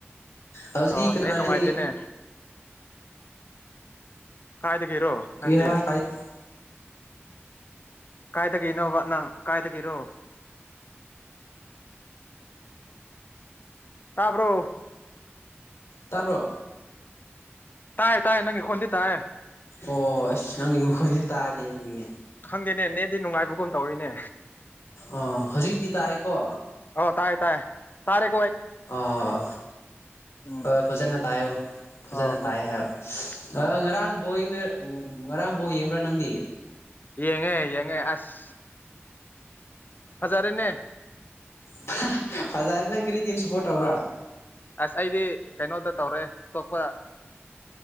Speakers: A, on the left (about 70°); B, on the left (about 45°).
A: ꯍꯧꯖꯤꯛ
B: ꯑꯣ
A: ꯀꯅꯥ
B: ꯅꯦꯠ
A: ꯀꯅꯥ
B: ꯅꯨꯡꯉꯥꯏꯇꯦꯅꯦ
A: ꯂꯩ
B: ꯀꯥꯏꯗ ꯒꯤꯔꯣ ꯅꯪꯗꯤ
A: ꯀꯔꯤ ꯍꯥꯏꯕ
B: ꯀꯥꯏꯗ ꯒꯤꯅꯣ ꯕ ꯅꯪ ꯀꯥꯏꯗ ꯒꯤꯔꯣ ꯇꯥꯕ꯭ꯔꯣ
A: ꯇꯥꯕ꯭ꯔꯣ
B: ꯇꯥꯏ ꯇꯥꯏꯌꯦ ꯅꯪꯒꯤ ꯈꯣꯟꯗꯤ ꯇꯥꯏꯌꯦ
A: ꯑꯣ ꯑꯁ ꯅꯪꯒꯤ ꯃꯈꯣꯟꯗꯤ ꯇꯥꯗꯦ ꯑꯗꯨꯒꯤꯅꯦ
B: ꯈꯪꯗꯦꯅꯦ ꯅꯦꯠꯗꯤ ꯅꯨꯡꯉꯥꯏꯕꯒꯨꯝ ꯇꯧꯔꯤꯅꯦ
A: ꯑꯣ ꯍꯧꯖꯤꯛꯇꯤ ꯇꯥꯏꯀꯣ
B: ꯑꯣ ꯇꯥꯏ ꯇꯥꯏ ꯇꯥꯔꯦ
A: ꯑꯣ
B: ꯎꯝ
A: ꯑꯥ ꯐꯖꯅ ꯇꯥꯏꯌꯣ ꯐꯖꯅ
B: ꯑ ꯍꯣ
A: ꯇꯥꯏ ꯍꯥꯏꯕ
B: ꯑ ꯑ
A: ꯉꯔꯥꯡ ꯕꯣꯡꯗ ꯎꯝ ꯉꯔꯥꯡ ꯕꯣꯜ ꯌꯦꯡꯕ꯭ꯔꯥ ꯅꯪꯗꯤ
B: ꯌꯦꯡꯉꯦ ꯌꯦꯡꯉꯦ ꯑꯁ ꯐꯖꯔꯦꯅꯦ
A: ꯍꯥꯍꯥꯍꯥ ꯐꯖꯔꯦ ꯅꯪ ꯀꯔꯤ ꯇꯤꯝ ꯁꯞꯄꯣꯔꯠ ꯇꯧꯕ꯭ꯔꯥ
B: ꯑꯥ ꯑꯁ ꯑꯩꯗꯤ ꯀꯩꯅꯣꯗ ꯇꯧꯔꯦ ꯑꯇꯣꯞꯄ